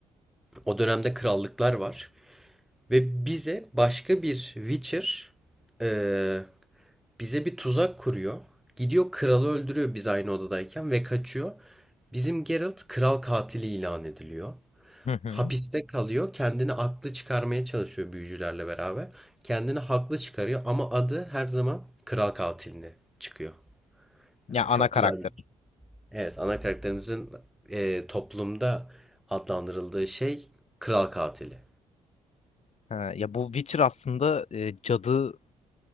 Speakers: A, in the centre; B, on the left (about 45°).
A: O dönemde krallıklar var. Ve bize başka bir Witcher e, bize bir tuzak kuruyor. Gidiyor kralı öldürüyor biz aynı odadayken ve kaçıyor. Bizim Geralt kral katili ilan ediliyor.
B: Hı hı.
A: Hapiste kalıyor. Kendini aklı çıkarmaya çalışıyor büyücülerle beraber. Kendini haklı çıkarıyor ama adı her zaman kral katiline çıkıyor.
B: Ya
A: Yani çok
B: ana karakter.
A: güzel bir şey. Evet, ana karakterimizin e, toplumda adlandırıldığı şey kral katili.
B: Ha, ya bu Witcher aslında e, cadı